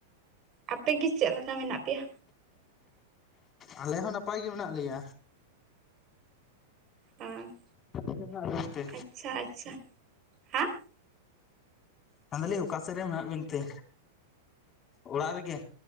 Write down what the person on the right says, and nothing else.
ᱟᱯᱮ ᱜᱮ ᱪᱮᱫ ᱞᱮᱠᱟ ᱢᱮᱱᱟᱜ ᱯᱮᱭᱟ?
ᱦᱮᱸ
ᱟᱪᱪᱷᱟ ᱟᱪᱪᱷᱟ᱾ ᱦᱟᱸ